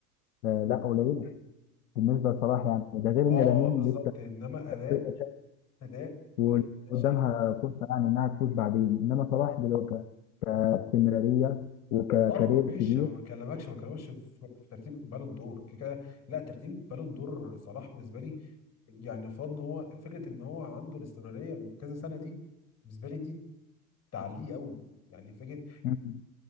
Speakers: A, on the left; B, on the left.
A: آه لا قليل بالنسبه لصلاح يعني ده غير ان
B: اه
A: لامين
B: آه، بالظبط
A: لسه
B: انما اداء
A: فرقة شاب
B: اداء
A: ولسه
B: في-
A: قدامها
B: شايفه
A: فرصه يعني انها تفوز بعدين انما صلاح دلوقتي كاستمراريه وككارير
B: اه مش
A: كبير
B: ما بكلمكش ما بكلمكش في في ترتيب بالون دور كده كده- لا ترتيب بالون دور صلاح بالنسبه لي يعني يفرض ان هو فكره ان هو عنده الاستمراريه من كذا سنه دي بالنسبه لي دي تعليق قوي يعني فكره
A: مم.